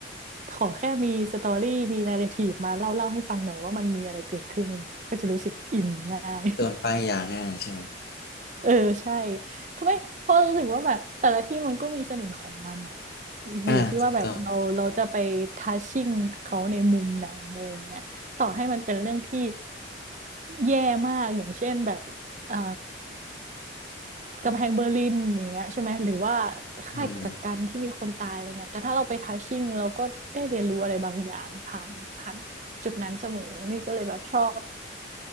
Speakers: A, on the right; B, on the left.
A: ขอแค่มีสตอรี่มีนาร์ทีฟมาเล่าเล่าให้ฟังหน่อยว่ามันมีอะไรเกิดขึ้นอะไรอย่างเงี้ยก็จะรู้สึกอินง่าย
B: โดนป้ายยาง่ายใช่
A: <laughs> เออใช่คือไม่เพราะรู้สึกว่าแบบแต่ละที่มันก็มีเสน่ห์ของมันอะ
B: อ่าถูกต้อง
A: อยู่ที่ว่าแบบเราเราจะไปทัชชิ่งเขาในมุมไหนอะไรอย่างเงี้ยต่อให้มันเป็นเรื่องที่แย่มากอย่างเช่นแบบอ่า กำแพงเบอร์ลินอย่างเงี้ยใช่ไหมหรือว่าค่ายกักกันที่มีคนตายอะไรเงี้ยแต่ถ้าเราไปทัชชิ่งเราก็ได้เรียนรู้อะไรบางอย่างผ่านผ่านจุดนั้นเสมอนี่ก็เลยแบบชอบ
B: อืม